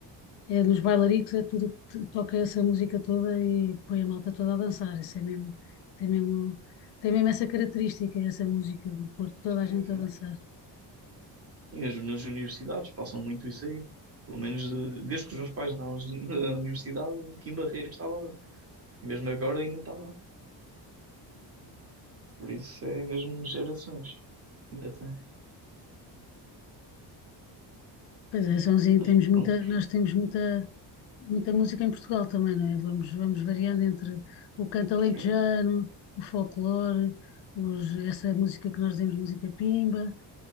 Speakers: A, on the left; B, on the right.
A: é nos bailaricos, é tudo que to- toca essa música toda e põe a malta toda a dançar. Isso é mesmo, tem mesmo, tem mesmo essa característica, essa música de pôr toda a gente
B: Enfim.
A: a dançar.
B: E mesmo nas universidades passam muito isso aí. Pelo menos eh, desde que os meus pais andavam <laughs> na universidade, aqui em Barretos estava. Mesmo agora ainda está. Por isso é mesmo gerações. Ainda tem.
A: Pois é, Sonzinho,
B: Mas
A: temos
B: pronto,
A: muita, nós temos muita, muita música em Portugal também, não é? Vamos, vamos variando entre o canto alentejano,
B: sim.
A: o folclore, os, essa música que nós dizemos, música pimba.